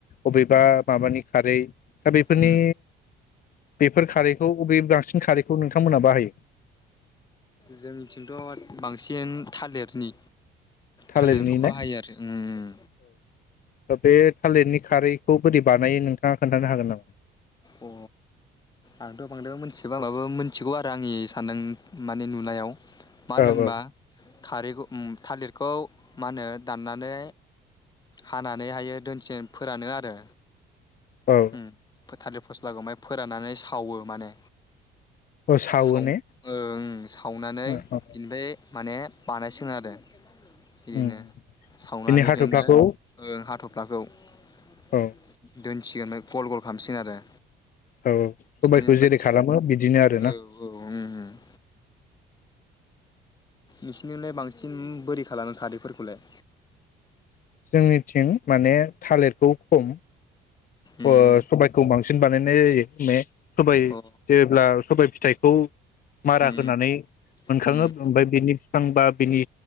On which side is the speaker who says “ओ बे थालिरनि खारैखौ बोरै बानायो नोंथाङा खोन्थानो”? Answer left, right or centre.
Left